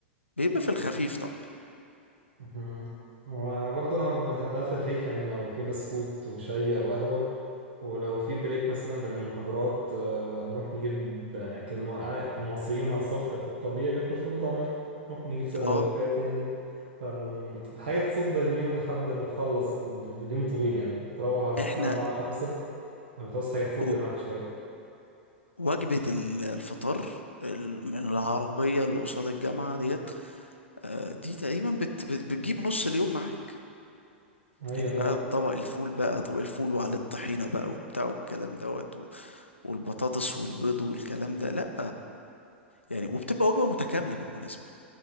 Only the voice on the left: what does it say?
بيبقى في الخفيف طبعا
اه
احنا
و-
وجبة ال- الفطار ال- من العربية اللي قصاد الجامعة ديت آه، دي تقريبا بت... بت... بتجيب نص اليوم معاك
يعني بقى طبق الفول بقى طبق الفول وعليه الطحينة بقى وبتاع والكلام دوت و- والبطاطس والبيض والكلام ده لا يعني وبتبقى وجبة متكاملة بالمناسبة